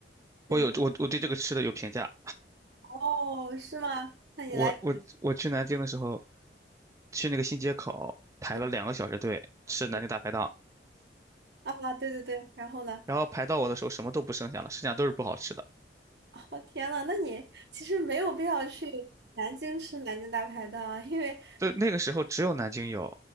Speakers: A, on the right; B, on the right.
A: 我有我我对这个吃的有评价。
B: 嗯，哦，是吗？那你来，
A: 我我我去南京的时候，去那个新街口排了两个小时队吃南京大排档，
B: 嗯嗯啊，对对对，然后呢？
A: 然后排到我的时候什么都不剩下了，剩下都是不好吃的。
B: 哦，天呐，那你其实没有必要去南京吃南京大排档啊，因为
A: 对，那个时候只有南京有，